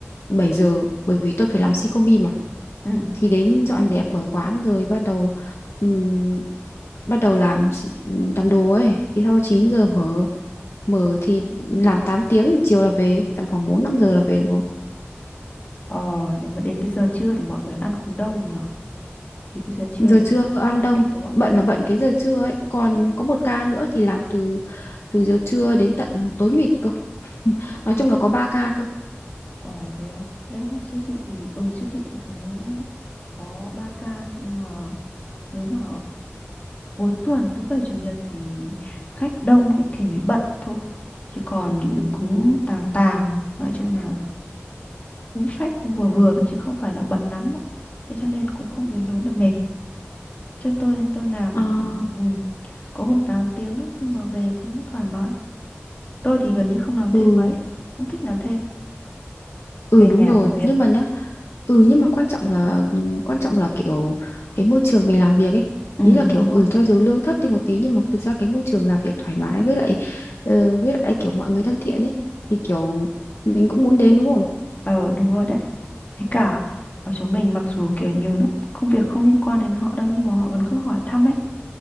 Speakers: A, on the left; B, on the left.
A: 7 giờ bởi vì tôi phải làm si combi mà
B: ừ
A: thì đến dọn dẹp mở quán rồi bắt đầu ừm, bắt đầu làm xị- làm đồ ấy thì sau 9 giờ mở mở thì làm 8 tiếng thì chiều là về tầm khoảng 4 5 giờ là về rồi
B: ờ nếu mà đến cái giờ trưa thì mọi người ăn cũng đông nhở thì cái giờ trưa
A: giờ
B: đấy
A: trưa
B: cũng
A: ăn
B: nhịn,
A: đông
B: đúng không
A: bận là bận cái giờ trưa ấy còn
B: ừ.
A: có một ca nữa thì làm từ từ giờ trưa đến tận tối mịt cơ nói
B: ừ.
A: chung là có ba ca cơ
B: ờ thế à đấy không siêu thị thì ừ siêu thị thì cũng có 3 ca nhưng mà nếu mà cuối tuần thứ bảy chủ nhật thì khách đông ấy thì mới bận thôi chứ còn cũng tàng tàng nói chung là cũng khách cũng vừa vừa thôi chứ không phải là bận lắm đâu thế cho nên cũng không đến nỗi là mệt cho tôi thì tôi làm
A: à,
B: ừ, có hôm 8 tiếng đấy nhưng mà về cũng thoải mái tôi thì gần như không làm thêm
A: ừ
B: mấy không thích làm thêm
A: ừ
B: về
A: đúng
B: nhà
A: rồi
B: còn việc
A: nhưng mà nhá ừ nhưng mà quan trọng là quan trọng là kiểu cái môi trường mình làm việc ấy
B: ừ
A: ý là kiểu
B: đúng rồi
A: ừ cho dù lương thấp thì một tí nhưng mà thực ra cái môi trường làm việc thoải mái với lại ờ, với lại kiểu mọi người thân thiện ấy thì kiểu mình cũng muốn đến đúng không
B: ờ đúng rồi đấy với cả ở chỗ mình mặc dù kiểu nhiều lúc công việc không liên quan đến họ đâu nhưng mà họ vẫn cứ hỏi thăm ấy